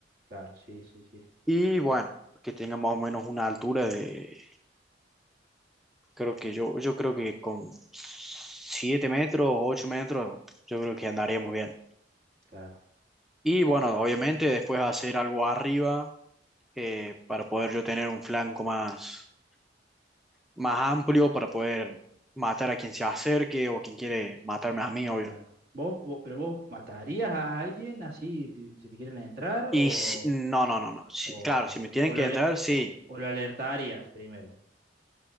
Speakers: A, on the right; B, in the centre.
A: claro, sí, sí, sí,
B: Y bueno, que tenga más o menos una altura de Creo que yo, yo creo que con 7 metros, 8 metros, yo creo que andaríamos bien.
A: claro,
B: Y bueno, obviamente después hacer algo arriba eh, para poder yo tener un flanco más, más amplio para poder matar a quien se acerque o quien quiere matarme a mí, obvio.
A: claro. ¿Vos, vos- pero vos matarías a alguien así ti- si te quieren entrar
B: Y
A: o,
B: si- no, no, no, no. Si-
A: o,
B: claro, si me tienen
A: o
B: que
A: lo, ale-
B: entrar, sí.
A: o lo alertarías primero?